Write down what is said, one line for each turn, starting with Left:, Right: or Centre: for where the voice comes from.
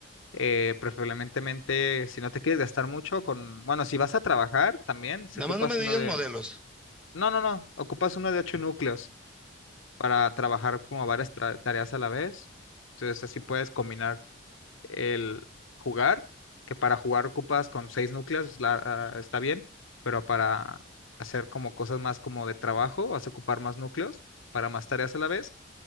Left: eh, preferiblemente, si no te quieres gastar mucho, con, bueno, si vas a trabajar también, si
Centre: Nada
Left: ocupas
Centre: más no me digas
Left: uno de
Centre: modelos.
Left: No, no, no. Ocupas uno de ocho núcleos para trabajar como varias tra- tareas a la vez. Entonces así puedes combinar el jugar, que para jugar ocupas con seis núcleos, la- ah, está bien, pero para hacer como cosas más como de trabajo, vas a ocupar más núcleos para más tareas a la vez.